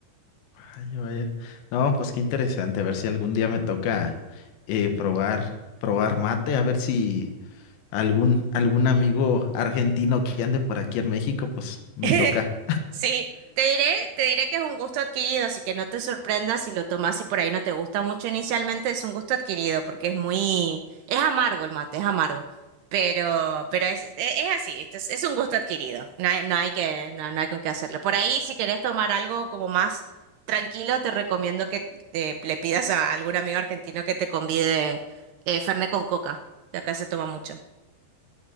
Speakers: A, on the left; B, on the right.
A: Ay, vaya. No, pues qué interesante, a ver si algún día me toca eh, probar, probar mate, a ver si algún, algún amigo argentino que ande por aquí en México, pues me
B: <laughs>
A: toca.
B: Sí, te diré, te diré que es un gusto adquirido, así que no te sorprendas si lo tomas y por ahí no te gusta mucho inicialmente, es un gusto adquirido porque es muy, es amargo el mate, es amargo, pero, pero es, es, es así, esto es, es un gusto adquirido, no hay, no hay que, no, no hay con qué hacerle. Por ahí, si querés tomar algo como más tranquilo, te recomiendo que te- le pidas a algún amigo argentino que te convide eh, Fernet con coca, que acá se toma mucho.